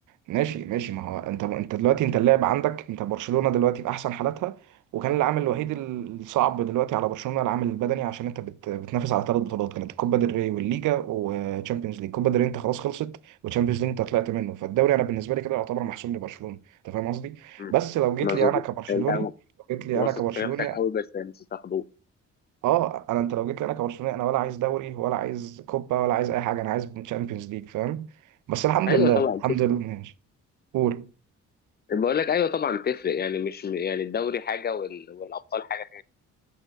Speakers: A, on the right; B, on the left.
A: ماشي ماشي ما هو انت انت دلوقتي انت اللاعب عندك انت برشلونة دلوقتي في احسن حالاتها وكان العامل الوحيد الصعب دلوقتي على برشلونة العامل البدني عشان انت بت... بتنافس على ثلاث بطولات كانت الكوبا ديل ري والليجا وتشامبيونز ليج كوبا ديل ري انت خلاص خلصت وتشامبيونز ليج انت طلعت منه فالدوري انا بالنسبة لي كده يعتبر محسوم لبرشلونة انت فاهم قصدي
B: مم،
A: بس لو جيت
B: ما
A: لي
B: أظنش
A: انا كبرشلوني
B: أنت
A: لو جيت لي
B: واثق
A: انا كبرشلوني
B: في نفسك قوي بس مش هتاخدوه
A: اه انا انت لو جيت لي انا كبرشلوني انا ولا عايز دوري ولا عايز كوبا ولا عايز اي حاجة انا عايز تشامبيونز ليج فاهم بس الحمد
B: ايوه
A: لله
B: طبعا
A: الحمد لله ماشي قول
B: بقول لك ايوه طبعا تفرق يعني مش يعني الدوري حاجه وال- والابطال حاجه